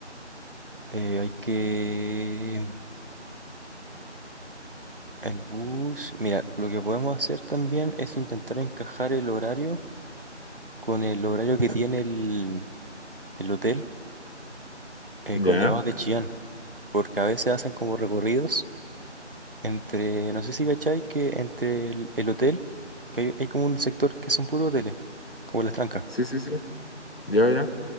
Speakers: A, on the right; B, on the left.
A: eh, hay que... El bus... Mira, lo que podemos hacer también es intentar encajar el horario con el horario que tiene el, el hotel eh,
B: Ya,
A: Cornevados de Chillán, porque a veces hacen como recorridos entre, no sé si cachai, que entre el, el hotel, que hay, hay como un sector que son puros hoteles, como Las Trancas.
B: sí, sí, sí, ya, ya,